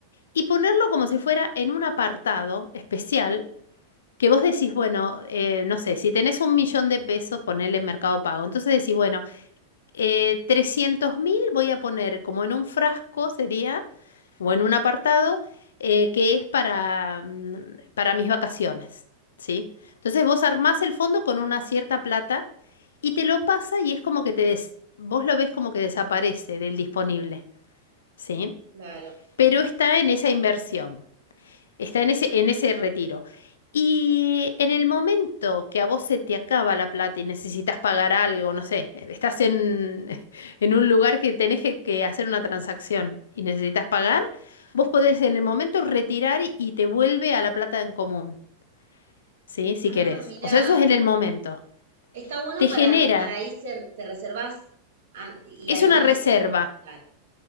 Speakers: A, on the left; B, on the right.
A: y ponerlo como si fuera en un apartado especial que vos decís, bueno, eh, no sé, si tenés un millón de pesos, ponele en Mercado Pago. Entonces decís, bueno, eh, 300.000 voy a poner como en un frasco sería, o en un apartado, eh, que es para, mm, para mis vacaciones, ¿sí? Entonces vos armás el fondo con una cierta plata y te lo pasa y es como que te des- vos lo ves como que desaparece del disponible, ¿sí?
B: Claro.
A: Pero está en esa inversión. Está en ese, en ese retiro. Y en el momento que a vos se te acaba la plata y necesitas pagar algo, no sé, estás en, <laughs> en un lugar que tenés que, que hacer una transacción y necesitas pagar, vos podés en el momento retirar y te vuelve a la plata en común, ¿sí? Si
B: Ah,
A: querés.
B: mira
A: O sea, eso es en el momento.
B: Está bueno
A: Te
B: para,
A: genera,
B: para ahí ser- te reservas an- y
A: es
B: ahí
A: una
B: también.
A: reserva.
B: Claro,